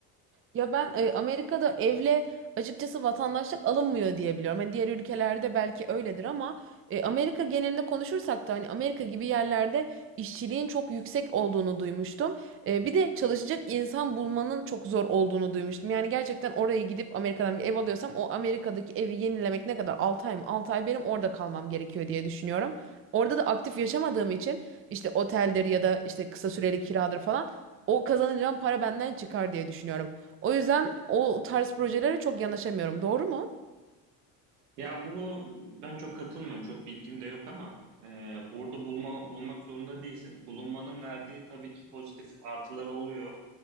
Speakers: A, on the right (about 30°); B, on the right (about 80°).
A: Ya ben e, Amerika'da evle açıkçası vatandaşlık alınmıyor diye biliyorum. Hani diğer ülkelerde belki öyledir ama e, Amerika genelinde konuşursak da hani Amerika gibi yerlerde işçiliğin çok yüksek olduğunu duymuştum. E, bir de çalışacak insan bulmanın çok zor olduğunu duymuştum. Yani gerçekten oraya gidip Amerika'dan bir ev alıyorsam o Amerika'daki evi yenilemek ne kadar? 6 ay mı? 6 ay benim orada kalmam gerekiyor diye düşünüyorum. Orada da aktif yaşamadığım için işte oteldir ya da işte kısa süreli kiradır falan o kazanacağım para benden çıkar diye düşünüyorum. O yüzden o tarz projelere çok yanaşamıyorum. Doğru mu?
B: Ya bu ben çok katılmıyorum. Çok bilgim de yok ama e, burada bulma, bulunmak zorunda değilsin. Bulunmanın verdiği tabii ki pozitif artıları oluyor.